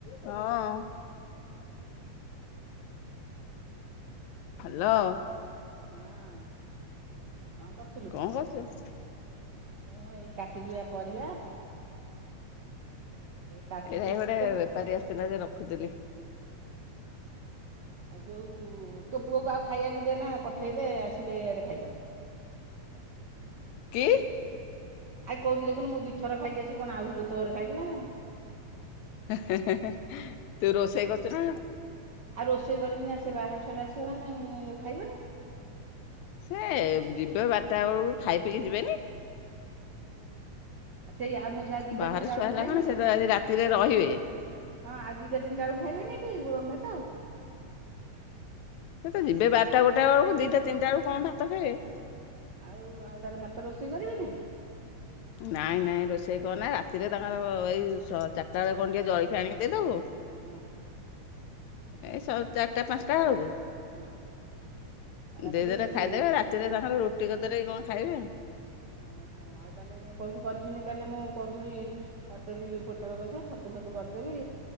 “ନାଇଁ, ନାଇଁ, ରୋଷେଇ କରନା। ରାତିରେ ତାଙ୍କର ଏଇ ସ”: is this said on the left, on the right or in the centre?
Left